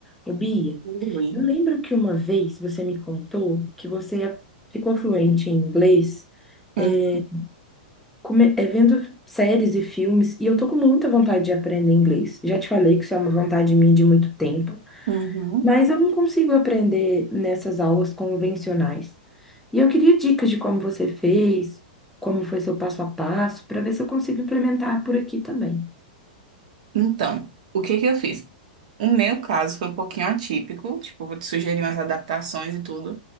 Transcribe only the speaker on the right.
Ui.
Uhum,
uhum.
Então, o que que eu fiz? O meu caso foi um pouquinho atípico, tipo, vou te sugerir umas adaptações e tudo.